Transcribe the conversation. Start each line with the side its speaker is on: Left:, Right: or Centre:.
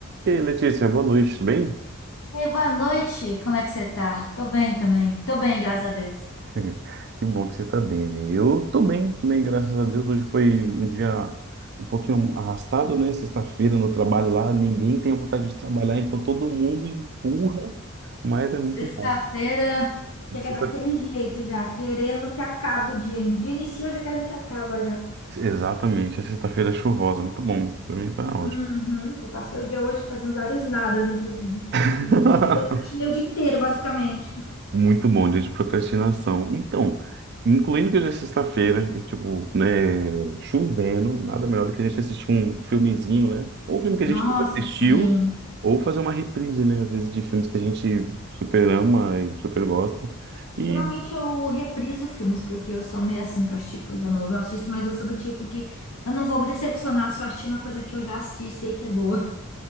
Right: E aí, Letícia, boa noite, tudo bem?
Left: Ei, boa noite. Como é que você tá? Tô bem também. Tô bem, graças a Deus.
Right: <laughs> Que bom que você está bem, né? Eu estou bem bem, graças a Deus. Hoje foi um dia um pouquinho arrastado, né? Sexta-feira no trabalho lá, ninguém tem vontade de trabalhar, então todo mundo empurra, mas é muito
Left: Sexta-feira
Right: bom.
Left: chega
Right: Sexta-
Left: daquele jeito já, querendo que acabe o dia. O dia iniciou já querendo que acaba já.
Right: Exatamente, a sexta-feira é chuvosa, muito bom. Para mim tá ótimo.
Left: Uhum. Eu passei o dia hoje fazendo vários nadas, inclusive.
Right: <laughs>
Left: Eu procrastinei o dia inteiro, basicamente.
Right: Muito bom, dia de procrastinação. Então, incluindo que hoje é sexta-feira e, tipo, né, chovendo, nada melhor do que a gente assistir um filmezinho, né? Ou um filme que a
Left: Nossa,
Right: gente nunca assistiu,
Left: assim.
Right: ou fazer uma reprise, né? Às vezes de filmes que a gente super ama e super gosta. E
Left: Geralmente eu repriso filmes, porque eu sou meio assim pra assistir coisa nova. Eu assisto, mas eu sou do tipo que eu não vou me decepcionar se eu assistir uma coisa que eu já assisti e sei que é boa.